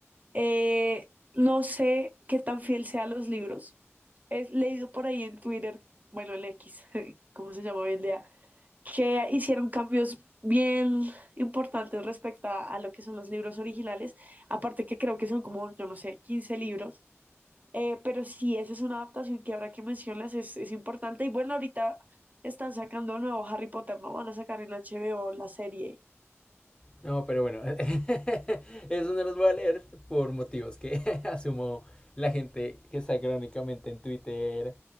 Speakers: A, on the right; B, on the left.
A: Eh, no sé qué tan fiel sea a los libros. es leído por ahí en Twitter, bueno, en X, <laughs> ¿cómo se llama hoy en día? Que hicieron cambios bien importantes respecto a, a lo que son los libros originales, aparte que creo que son como, yo no sé, 15 libros, Eh, pero sí, esa es una adaptación que ahora que mencionas es, es importante y bueno, ahorita están sacando el nuevo Harry Potter, ¿no? Van a sacar en HBO la serie.
B: No, pero bueno, <laughs> eso no los voy a leer por motivos que <laughs> asumo la gente que está crónicamente en Twitter